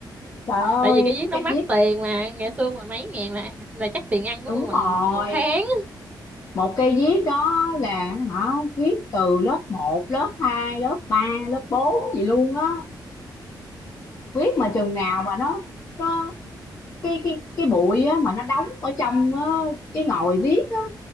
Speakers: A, on the left; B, on the right.
A: trời ơi
B: tại vì cái viết
A: cái
B: nó
A: cây
B: mắc
A: viết
B: tiền mà ngày xưa mười mấy ngàn là là chắc tiền ăn của
A: đúng
B: tụi mình
A: rồi
B: một tháng
A: một cây viết đó là hả viết từ lớp một lớp hai lớp ba lớp 4 gì luôn á viết mà chừng nào mà nó nó cái cái cái bụi á mà nó đóng ở trong á, cái ngòi viết á,